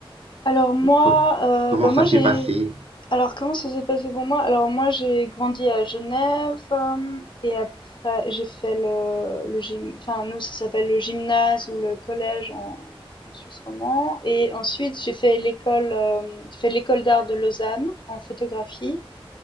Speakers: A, on the left (about 55°); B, on the right (about 85°).
A: Alors moi,
B: Com- comment
A: euh, bah
B: ça
A: moi j'ai
B: s'est passé?
A: Alors, comment ça s'est passé pour moi? Alors, moi, j'ai grandi à Genève euh, et après, j'ai fait le, le gym, enfin, nous, ça s'appelle le gymnase ou le collège en, en Suisse romand. Et ensuite, j'ai fait l'école, euh, j'ai fait l'école d'art de Lausanne en photographie.